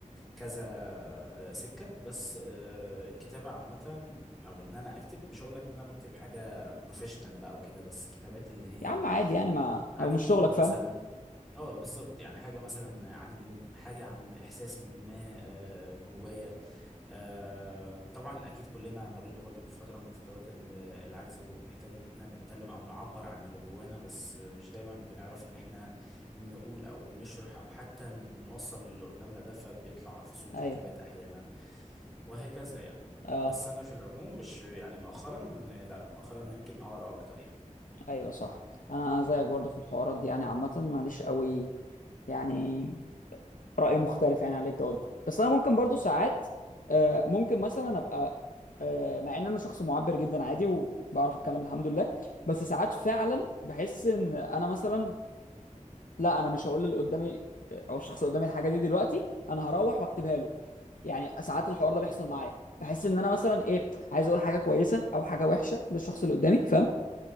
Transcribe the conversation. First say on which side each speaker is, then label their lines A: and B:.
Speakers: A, in the centre; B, on the left.
A: كذا آه، سكة بس آه، الكتابة عامة او ان انا اكتب مش هقول لك ان انا بكتب حاجة بروفيشنال بقى وكده بس كتابات اللي هي
B: يا عم عادي يعني ما
A: عن
B: او مش
A: اليوم
B: شغلك
A: دي
B: فاهم
A: مثلا شغل اه بالظبط يعني حاجة مثلا عن اليوم حاجة عن احساس ما آه، جوايا آه، طبعا اكيد كلنا مرينا برضو بفتره من فترات ال- العجز وبنحتاج ان احنا نتكلم او نعبر عن اللي جوانا بس مش دايما بنعرف ان احنا نقول او نشرح او حتى نوصل اللي قدامنا ده فبيطلع في صوره
B: ايوه
A: كتابات احيانا وهكذا يعني
B: اه
A: بس انا في العموم مش يعني مؤخرا لا مؤخرا أنا يمكن اقرا اكتر يعني
B: ايوه صح انا أنا زيك برضه في الحوارات دي يعني عامة ماليش قوي يعني رأي مختلف يعني عن اللي انت قلته بس انا ممكن برضو ساعات آه، ممكن مثلا ابقى آه، مع ان انا شخص معبر جدا عادي وبعرف اتكلم الحمد لله بس ساعات فعلا بحس ان انا مثلا لا انا مش هقول اللي قدامي او الشخص اللي قدامي الحاجه دي دلوقتي انا هروح واكتبها
A: م-
B: له يعني ساعات الحوار ده بيحصل معايا بحس ان انا مثلا ايه عايز اقول حاجه كويسه او حاجه وحشه للشخص اللي قدامي فاهم